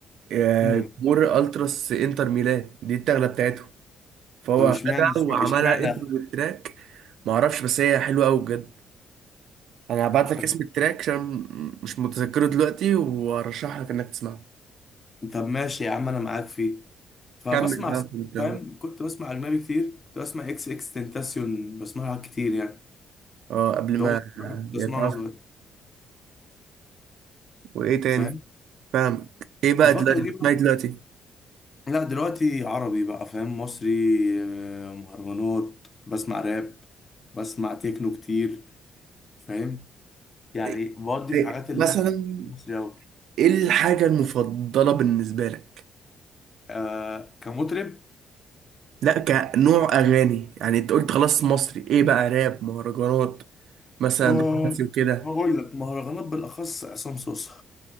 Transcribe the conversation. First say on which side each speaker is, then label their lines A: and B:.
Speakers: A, on the right; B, on the left.
A: آه،
B: امم
A: مر التراس انتر ميلان دي الدخله بتاعته فهو
B: طب اشمعنى
A: خدها
B: اشمعنى
A: وعملها انتر
B: اشمعنى-
A: للتراك ما اعرفش بس هي حلوه قوي بجد انا هبعت لك
B: طب
A: اسم التراك عشان مش متذكره دلوقتي وارشح لك انك تسمعه
B: طب ماشي يا عم انا معاك فيه فبسمع
A: كمل بقى كنت
B: فاهم كنت بسمع اجنبي كتير كنت بسمع اكس اكس تنتاسيون بسمعها كتير يعني
A: اه قبل
B: ده
A: ما
B: هو أكتر واحد كنت
A: يتعرف
B: بسمعه وانا صغير
A: وايه تاني
B: فاهم
A: فاهم ايه بقى
B: الفترة
A: دلوقتي بتسمعي
B: دي بقى
A: دلوقتي
B: لا دلوقتي عربي بقى فاهم مصري آه، مهرجانات بسمع راب بسمع تكنو كتير فاهم يعني
A: إيه
B: بودي في
A: إيه
B: الحاجات اللي
A: مثلا
B: مصري أوي
A: ايه الحاجة المفضلة بالنسبة لك
B: آه كمطرب
A: لا كنوع اغاني يعني انت قلت خلاص مصري ايه بقى راب مهرجانات مثلا
B: أه
A: رومانسي وكده
B: هقول لك مهرجانات بالأخص عصام صوصة